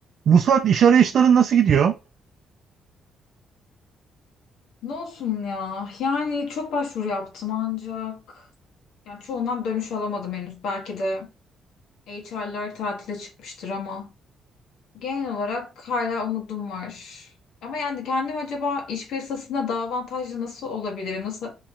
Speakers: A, on the right; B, on the left.
A: Vuslat iş arayışların nasıl gidiyor?
B: Ne olsun ya? Yani çok başvuru yaptım ancak yani çoğundan dönüş alamadım henüz. Belki de HR'lar tatile çıkmıştır ama genel olarak hala umudum var. Ama yani kendim acaba iş piyasasında daha avantajlı nasıl olabilirim? Nasıl